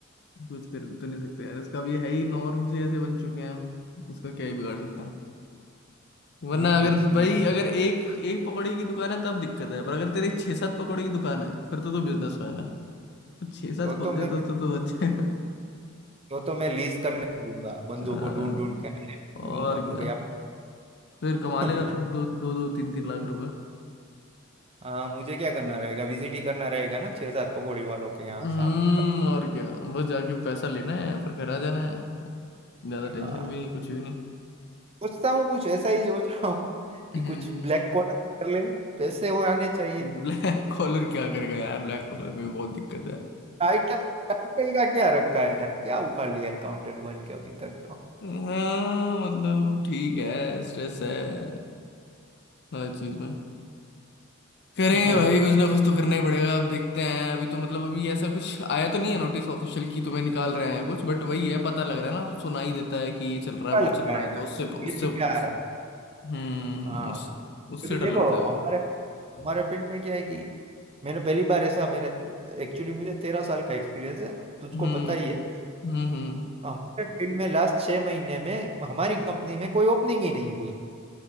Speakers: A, on the left; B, on the right.
A: कुछ कर तो नहीं सकते यार इसका भी है ही नॉर्म्स ही ऐसे बन चुके हैं उसका क्या ही बिगाड़ सकता हूँ वरना
B: हम्म
A: अगर
B: सही
A: भाई
B: है
A: अगर एक एक पकौड़ी की दुकान है तब दिक्कत है पर अगर तेरी छह सात पकौड़ी की दुकान है फिर तो तू बिजनेसमैन है तो छह सात
B: तो तो
A: खोल
B: मैं
A: दे तो तो, तो बच जाएगा
B: तो तो मैं लीज करने दूंगा बंदों
A: अ,
B: को ढूंढ ढूंढ के
A: और
B: दूंगा
A: क्या
B: कि भाई आप
A: फिर कमा
B: <laughs>
A: लेगा तो दो दो दो तीन तीन लाख रुपए
B: हाँ मुझे क्या करना रहेगा विजिट ही करना रहेगा ना छह सात पकौड़ी वालों के यहाँ
A: हम्म
B: शाम तक
A: और क्या बस जाके पैसा लेना है फिर घर आ जाना है ज्यादा टेंशन
B: हाँ
A: भी नहीं कुछ भी नहीं
B: सोचता हूँ कुछ ऐसा ही सोच रहा हूँ कि
A: हम्म
B: कुछ ब्लैक कॉलर कर ले पैसे हो आने चाहिए
A: ब्लैक कॉलर क्या करेगा यार ब्लैक कॉलर में भी बहुत दिक्कत है
B: टाइटल टाइटल का क्या रखा है यार क्या उखाड़ लिया है काउंटेड बन के अभी तक तो
A: हाँ मतलब ठीक है स्ट्रेस है हर चीज में करेंगे
B: <laughs> क्या
A: भाई कुछ ना कुछ तो करना ही पड़ेगा अब देखते हैं अभी तो मतलब अभी ऐसा कुछ आया तो नहीं है नोटिस ऑफिशियल की तुम्हें निकाल रहे हैं या कुछ बट वही है पता लग रहा है ना सुना ही देता है कि ये चल रहा है वो
B: लग
A: चल
B: रहा
A: रहा
B: है
A: है
B: यार
A: तो उससे उससे
B: ये जी
A: उस
B: क्या आ रहा है
A: हम्म
B: हाँ
A: उस उससे
B: क्योंकि
A: डर
B: देखो
A: लगता
B: हमारे
A: है
B: हमारे फील्ड में क्या है कि मैंने पहली बार ऐसा मेरे एक्चुअली मुझे तेरह साल का एक्सपीरियंस है तुझको
A: हम्म
B: पता ही है
A: हम्म हम्म
B: हमारे फील्ड में लास्ट छः महीने में हमारी कंपनी में कोई ओपनिंग ही नहीं हुई